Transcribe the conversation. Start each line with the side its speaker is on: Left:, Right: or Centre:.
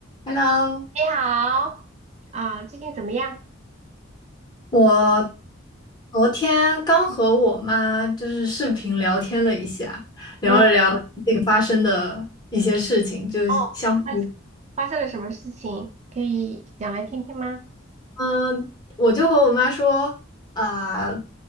Left: Hello，
Right: 你好，啊，最近怎么样？
Left: 我昨天刚和我妈就是视频聊天了一下，聊了聊最近发生的一些事情，
Right: 嗯，
Left: 就是相比，
Right: 哦，发生发生了什么事情？可以讲来听听吗？
Left: 嗯，我就和我妈说啊，